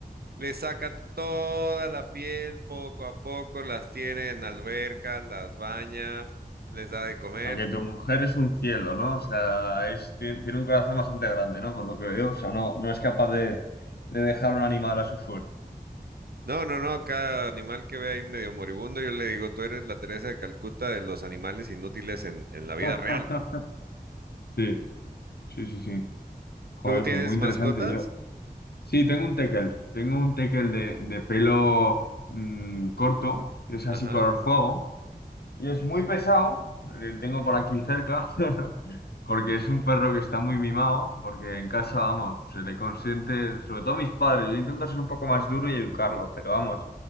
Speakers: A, on the right (about 70°); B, on the left (about 75°).
A: Le saca toda la piel, poco a poco las tiene en alberca, las baña, les da de comer.
B: O sea, que tu mujer es un cielo, ¿no? O sea, es, tien- tiene, un corazón bastante grande, ¿no? Por lo que veo. O sea, no, no es capaz de, de dejar un animal a su suerte.
A: No, no, no, cada animal que ve ahí medio moribundo, yo le digo, tú eres la Teresa de Calcuta de los animales inútiles en, en la vida
B: <laughs>
A: real.
B: Sí, sí, sí, sí. Joder,
A: ¿Tú tienes
B: pues muy interesante.
A: mascotas?
B: Yo, sí, tengo un tekel. Tengo un tekel de, de pelo mm, corto. Es así
A: Ajá.
B: color fuego. Y es muy pesado. Le tengo por aquí cerca. <laughs> Porque es un perro que está muy mimado, porque en casa, vamos, se le consiente, sobre todo mis padres, yo intento ser un poco más duro y educarlo, pero vamos,